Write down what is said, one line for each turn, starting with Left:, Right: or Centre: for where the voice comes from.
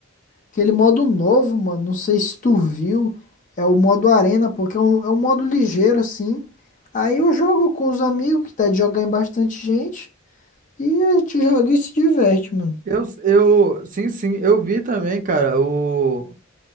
Left: Aquele modo novo, mano, não sei se tu viu, é o modo arena, porque é um, é um modo ligeiro assim. Aí eu jogo com os amigos, que dá de jogar em bastante gente, e a gente joga e se diverte, mano.
Right: Eu, eu, sim, sim, eu vi também, cara. O,